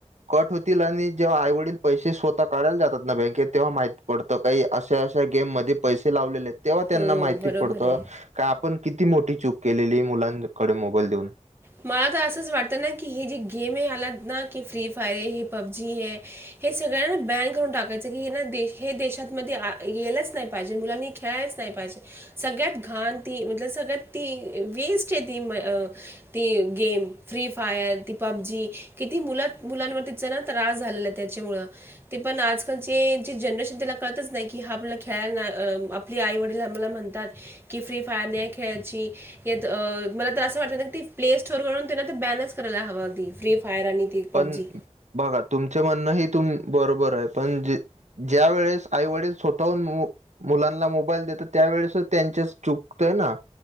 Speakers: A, on the right; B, on the right.
A: कट होतील आणि जेव्हा आईवडील पैसे स्वतः काढायला जातात ना बँकेत तेव्हा माहित पडतं काही अशा अशा गेम मध्ये पैसे लावलेले तेव्हा त्यांना
B: हो
A: माहिती
B: बरोबर
A: पडतं.
B: आहे
A: का आपण किती मोठी चूक केलेली मुलांकडे मोबाईल देऊन.
B: मला तर असंच वाटतं ना की हे जे गेम आहे आलात ना की फ्री फायर आहे हे पबजी हे हे सगळं ना बॅड करून टाकायचं की हे ना हे देशातमध्ये येयलाच नाही पाहिज मुलांनी खेळच नाही पायजे सगळ्यात घाण ती म्हटल सगळ्यात ती वेस्ट आहे ती अं ती गेम फ्री फायर ती पबजी किती मुला मुलांवर तिचा ना त्रास झालेलाय तेच्यामूळ ते पण आजकालची जी जनरेशन तिला कळतच नाही की हा आपल्याला खेळायला नाही आप ती आई वडील आम्हाला म्हणतात. कि फ्री फायर नाही खेळायची यात मला तर असं वाटत ती प्ले स्टोर वरून त्यांना ते बॅलन्स करायला हवांती फ्री फायर आणि ती पबजी
A: पण बघा तुमच म्हणणं हे तुम बरोबर आहे पण जे ज्या वेळेस आईवडील स्वतःहून मो मुलांनाला मोबाईल देतात त्यावेेळेसच त्यांचच चुकतय ना.